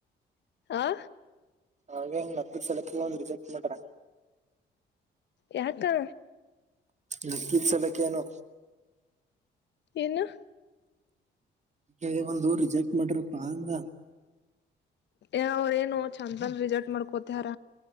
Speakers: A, on the left; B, on the right.
A: ಆಾ
B: ಹಾಗೆಂಗ ನತ್ತ ಸಲಕ್ ಒಂದ್ ರಿಜೆಕ್ಟ್ ಮಾಡ್ರ
A: ಯಾಕಾ
B: ನಕ್ಕ ಸಲಕ್ಕೇಏನು
A: ನ್ನ
B: ಅ ಒಂದು ರಿಜೆಕ್ಟ್ ಮಾಡ್ರಪ್ಪಾ ಅಂದ
A: ಅವ್ರೇಏನು ಚಂದನ್ ರರಿಜೆಕ್ಟ್ ಮಾಡ್ಕೋತಾರ